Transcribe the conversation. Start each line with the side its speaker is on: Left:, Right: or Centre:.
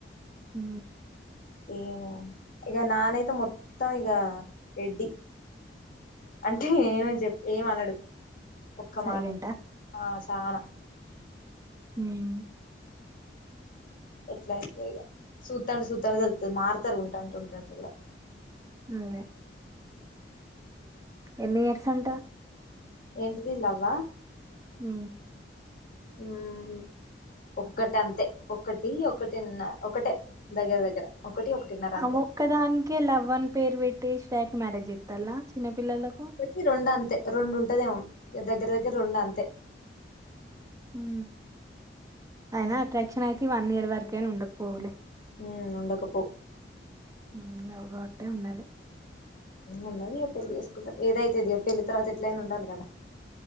Right: మ్
Left: ఏమో ఇక నానైతే మొత్తం ఇక రెడ్డి, అంటే ఏం చె ఏమ అనడు ఒక్క
Right: సైలెంటా
Left: మాట ఆ చనా
Right: హ్మ్
Left: ఎట్లా అవుతదో ఇక చూతంటే చూతాంట తెలుతది మారుతారు ఉంటాంట ఉంటంట కూడా
Right: అదే ఎన్ని ఇయర్సాంటా
Left: ఏంటిది లవ్వా
Right: మ్
Left: హమ్ ఒక్కటి అంతే ఒకటి ఒకటిన్న ఒకటే దగ్గర దగ్గర ఒకటి ఒకటిన్నర
Right: అ
Left: అంతే
Right: ఒక్కదానికే లవ్ అని పేరు పెట్టేసి టక్ మ్యారజ ఇ తలా చిన్నపిల్లలకు
Left: ఒకటి రెండు అంతే రెండు ఉంటదేమో దగ్గర దగ్గర రెండు అంతే
Right: ఊ ఐనా అట్ర్రాక్షనయితే వన్ ఇయర్ వరకయిన ఉండకపోవులే
Left: ఊ ఉండకపోవ్
Right: ఊ లవ్ కాబట్టే ఉండాలి
Left: ఉండదిగ పెళ్ళిచేసుకుంటరు ఏదైతేందిగ పెళ్ళి తర్వాత ఎట్లనా ఉండాలెగదా